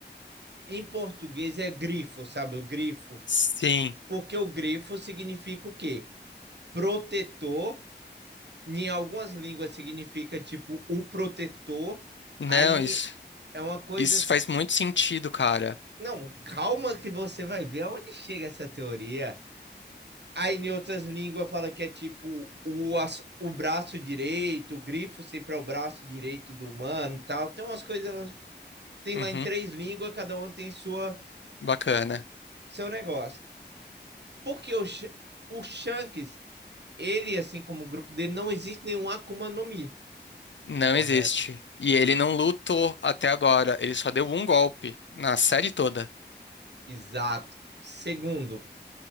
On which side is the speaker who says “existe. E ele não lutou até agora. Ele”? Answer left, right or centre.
Left